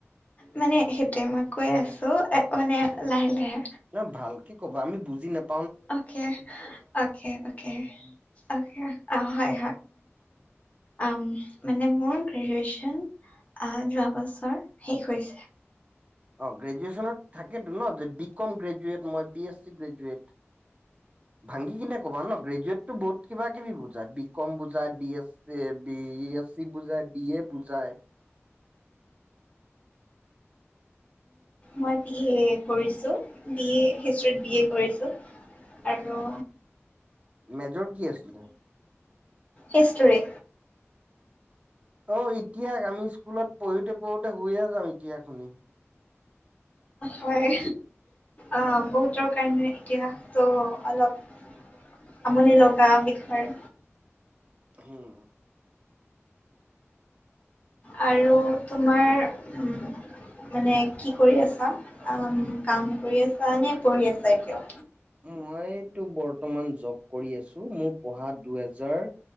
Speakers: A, on the left; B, on the right.
A: মানে সেইটোয়ে মই কৈ আছো এ মানে লাহে লাহে
B: ন' ভালকে ক'বা আমি বুজি নাপ
A: অকে, অকে, অকে। অ', অ', অ', মোৰ গ্ৰেজুৱেচন যোৱা বছৰ শেষ হৈছে।
B: অ', গ্ৰেজুৱেচনত থাকেতো ন দি, বি কম গ্ৰেজুৱেট মই বি এছ গ্ৰেজুৱেট ভাঙগি কিনে ক'বা ন গ্ৰেজুৱেটটো বহুত কিবা কিবি বুজাই বি কম বুজাই B A B S C বুজাই বি এ বুজাই।
A: মই বি এ কৰিছোঁ বি এ হিষ্ট্ৰিত বি এ কৰিছোঁ আৰু
B: মেজৰ কি আছিলে?
A: হিষ্ট্ৰি
B: অ', এতিয়া আমি স্কুলত পঢ়োতে পঢ়োতে শুয়ে যাওঁ এতিয়া তুমি।
A: হয় অ', বহুতৰ কাৰণে এতিয়াতো অলপ আমনি লগা বিষয়।
B: হম।
A: আৰু তোমাৰ উম, মানে কি কৰি আছা? কাম কৰি আছা নে পঢ়ি আছা এতিয়া?
B: মইতো বৰ্তমান জব কৰি আছো মোৰ পঢ়া দুহেজাৰ